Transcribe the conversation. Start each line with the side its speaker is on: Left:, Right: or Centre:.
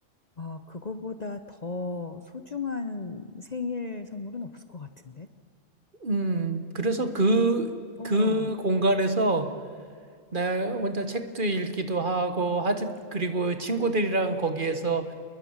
Left: 아, 그거보다 더 소중한 생일 선물은 없을 것 같은데?
Right: 음, 그래서 그,
Left: 어.
Right: 그 공간에서 나 혼자 책도 읽기도 하고, 하지, 그리고 친구들이랑 거기에서